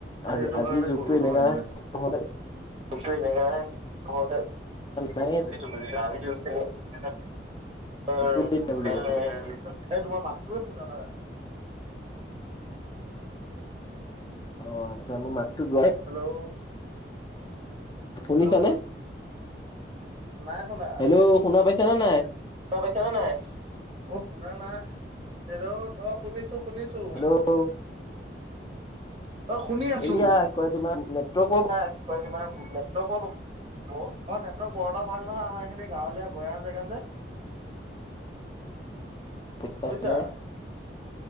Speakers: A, on the left (about 25°); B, on the right (about 35°).
A: আজি
B: সেইটো
A: আজিৰ
B: কাৰণে
A: যুগটো
B: ক'লো
A: এনেকা
B: তোমাক মানে
A: বিপ বিপ নহ'লে
B: <unintelligible>
A: নাই
B: <unintelligible>
A: একোৱে নাই বুলি ক'ব
B: এ তোমাৰ মাতটোৱে শুনা নাই।
A: অ অ অ আচ্ছা মোৰ মাতটো যোৱাই
B: হেল্ল'
A: বু শুনিছানে!
B: হেল্ল' নাই শুনা।
A: ত শুনা পাইছা নে নাই?
B: শুনা পাইচা নে নাই? অ শুনা না, হেল্ল' অ শুনিছোঁ। শুনিছোঁ।
A: হেল্ল'
B: অ শুনি আছোঁ।
A: এইয়া কি কয় তোমাৰ নেটৱৰ্কৰ
B: হৈ তোমাৰ <unintelligible> কাৰণ নেটৱৰ্ক বৰ এটা ভাল নহয় বৰ এটা আমাৰ এইখিনি গাওঁ লিয়া গয়া জেগা। যে
A: ছাই
B: বুজিছা।
A: লে।